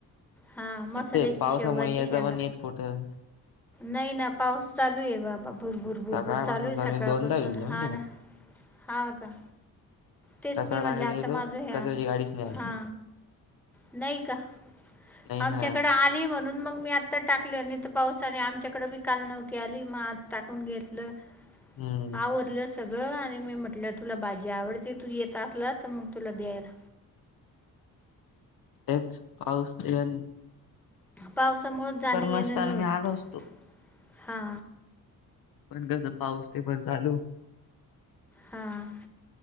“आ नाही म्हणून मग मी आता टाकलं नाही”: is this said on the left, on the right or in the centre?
Centre